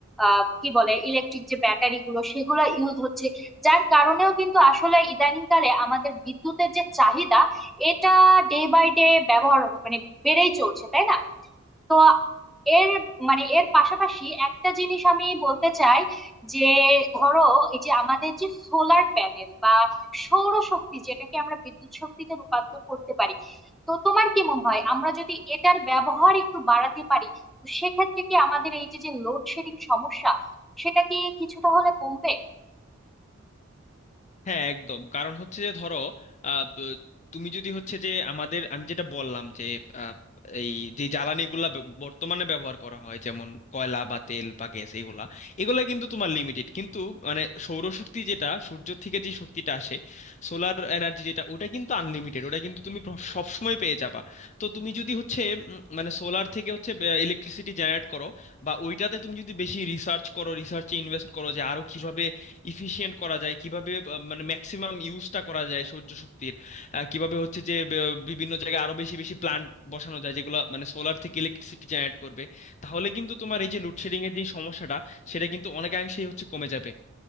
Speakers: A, in the centre; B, on the left.
A: আহ কি বলে ইলেকট্রিক যে ব্যাটারি গুলো সেগুলো ইউজ হচ্ছে যার কারণেও কিন্তু আসলে ইদানিংকালে আমাদের বিদ্যুতের যে চাহিদা এটা ডে বাই ডে ব্যবহার মানে বেড়েই চলছে তাই না তো এর মানে এর পাশাপাশি একটা জিনিস আমি বলতে চাই যে ধরো এই যে আমাদের যে সোলার প্যানেল বা সৌরশক্তি যেটাকে আমরা বিদ্যুৎ শক্তিতে রূপান্তর করতে পারি তো তোমার কি মনে হয় আমরা যদি এটার ব্যবহার একটু বাড়াতে পারি তো সেক্ষেত্রে কি আমাদের এই যে যে লোডশেডিং সমস্যা সেটা কি কিছুটা হলে কমবে
B: হ্যাঁ একদম কারণ হচ্ছে যে ধরো আহ, ব- তুমি যদি হচ্ছে যে আমাদের আমি যেটা বললাম যে আহ, এই যে জ্বালানিগুলা ব- বর্তমানে ব্যবহার করা হয় যেমন কয়লা বা তেল বা গ্যাস এগুলা এগুলা কিন্তু তোমার লিমিটেড কিন্তু মানে সৌরশক্তি যেটা সূর্য থেকে যে শক্তিটা আসে সোলার এনার্জি যেটা ওটা কিন্তু আনলিমিটেড ওটা কিন্তু তুমি সব সময় পেয়ে যাবা তো তুমি যদি হচ্ছে উম, মানে সোলার থেকে হচ্ছে ইলেকট্রিসিটি জেনারেট করো বা ওইটাতে তুমি যদি বেশি রিসার্চ করো রিসার্চে ইনভেস্ট করো যে আরো কিভাবে ইফিশিয়েন্ট করা যায় কিভাবে আহ, মানে ম্যাক্সিমাম ইউজটা করা যায় সৌর শক্তির আহ, কিভাবে হচ্ছে যে ব- বিভিন্ন জায়গায় আরো বেশি বেশি প্ল্যান্ট বসানো যায় যেগুলো মানে সোলার থেকে ইলেকট্রিসিটি জেনারেট করবে তাহলে কিন্তু তোমার এই যে লোডশেডিং এর যে সমস্যাটা সেটা কিন্তু অনেকাংশেই হচ্ছে কমে যাবে